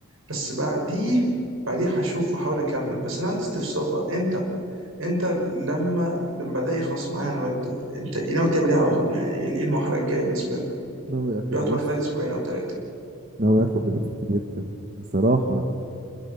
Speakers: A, on the right (about 65°); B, on the right (about 40°).
A: بس بعديه بعديه هشوف واحاول اكمل بس انا عندي استفسار بقى انت انت لما لما ده يخلص معايا انا وانت انت إيه ناوي تعمل ايه على طول يعني ايه إيه المرحله الجايه بالنسبه لك
B: ناوي اخد
A: دلوقتي
B: ريست
A: بقى خلال اسبوعين او ثلاثه
B: ناوي اخد ريست جدا بصراحة